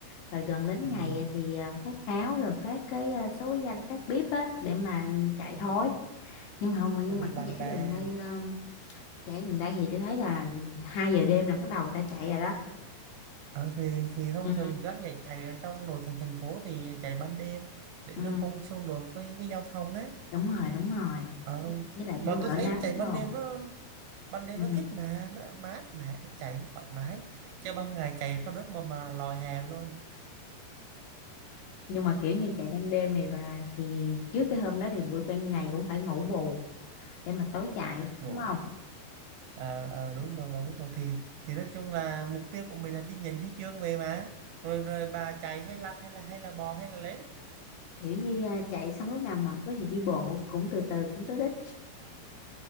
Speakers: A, on the left; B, on the right.
A: rồi gần đến
B: ui
A: ngày thì à, phát áo rồi phát cái à, số cái danh phát bếp á để mà chạy
B: ừ.
A: thối nhưng mà không
B: với
A: nhưng mà
B: bạn
A: cái giải
B: bè
A: gần đây um, giải gần đây thì tôi thấy là 2 giờ đêm là bắt đầu ta chạy rồi đó
B: Ờ, thì thì thông
A: ừ
B: thường các giải chạy ở trong nội thành thành phố thì chạy ban đêm để
A: ừ
B: nó không xung đột với cái giao thông đấy
A: đúng rồi đúng rồi
B: Ờ,
A: với lại
B: mà
A: cũng đỡ
B: tôi thấy
A: nắng
B: chạy
A: rồi
B: ban đêm nó ban
A: ừ.
B: đêm nó thích mà nó mát mẻ nó chạy nó thoải mái chứ ban ngày chạy có nước mà mà lòi hàng luôn
A: nhưng mà kiểu như chạy ban đêm này và thì trước cái hôm đó thì buổi ban ngày cũng phải ngủ bù để mà tối chạy
B: ngủ
A: đúng không
B: Ờ, ờ, đúng rồi đúng rồi thì thì nói chung là mục tiêu của mình là đi nhận huy chương về mà rồi rồi bà chạy hay lăn hay là hay là bò hay là lết
A: kiểu như à, chạy xong lúc nào mệt quá thì đi bộ cũng từ từ cũng tới đích